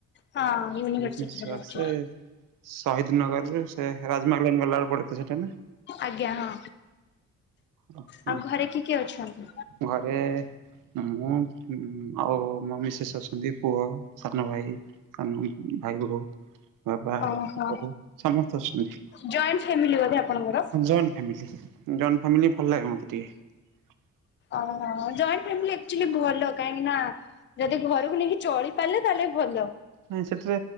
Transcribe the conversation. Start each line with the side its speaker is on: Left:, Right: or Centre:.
Left: ହଁ ୟୁନିଭରସିଟିରେ
Right: ଭୁବନେଶ୍ୱର
Left: ପଢୁଛି
Right: ସେ- ନଗରରୁ ସେ ରାଜମହଲ ଗଲାବେଳେ ପଡେତ ସେଟା ନା।
Left: ଆଜ୍ଞା ହଁ
Right: ହଁ
Left: ଆଉ
Right: ହଁ।
Left: ଘରେ କିଏ କିଏ ଅଛନ୍ତି?
Right: ଘରେ- ହୁଁ ଆଉ। ମୋ ମିଶେସ୍ ଅଛନ୍ତି ପୁଅ ସାନ ଭାଇ ସାନ ଭାଇ ବୋହୂ। ବାବା
Left: ଓହୋ
Right: ବୋଉ ସମସ୍ତେ ଅଛନ୍ତି।
Left: ଜଏଣ୍ଟ ଫ୍ୟାମିଲି ବୋଧେ ଆପଣଙ୍କର?
Right: ଜଏଣ୍ଟ ଫାମିଲି ଜଏଣ୍ଟ ଫେମିଲି ଭଲ ଲାଗେ ମୋତେ ଟିକେ।
Left: ଓହୋ ଜଏଣ୍ଟ ଫାମିଲି ଆକଚୁଲି ଭଲ କାହିଁକି ନା ଯଦି ଘରକୁ ନେଇକି ଚଳି ପାରିଲେ ତାହେଲେ- ସେ ଭଲ।
Right: ନାଇଁ ସେଠାରେ